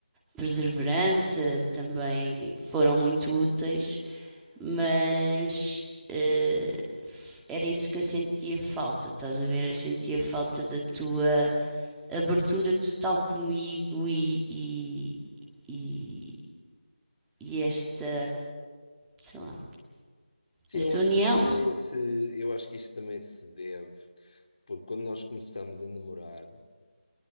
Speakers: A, in the centre; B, on the left (about 50°).
A: perseverança também foram muito úteis, mas eh, f- era isso que eu sentia falta, estás a ver? Eu sentia falta da tua abertura total comigo e, e, e, e esta, sei lá,
B: Sim,
A: esta
B: eu acho
A: união.
B: que isso também se, eu acho que isso também se deve, porque quando nós começamos a namorar,